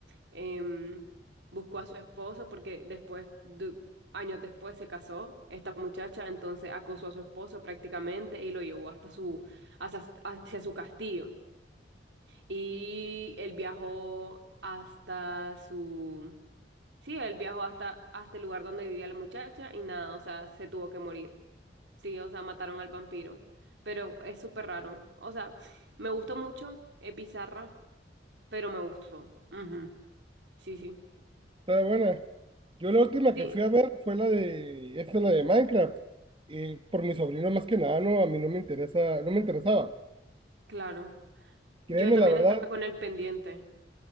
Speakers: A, on the right; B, on the right.
A: em, buscó a su esposo porque después, du- años después se casó esta muchacha, entonces acosó a su esposo prácticamente y lo llevó hasta su hacia, hacia su castillo. Y él viajó hasta su... Sí, él viajó hasta, hasta el lugar donde vivía la muchacha y nada, o sea, se tuvo que morir. Sí, o sea, mataron al vampiro. Pero es súper raro. O sea, me gustó mucho, es bizarra, pero me gustó. Ujú. Sí, sí.
B: Estaba buena. Yo la última
A: Sí,
B: que fui a ver fue la de, esta la de Minecraft, eh, por mi sobrino más que nada, no, a mí no me interesa, no me interesaba.
A: claro.
B: Créeme
A: Yo también
B: la verdad,
A: estaba con el pendiente.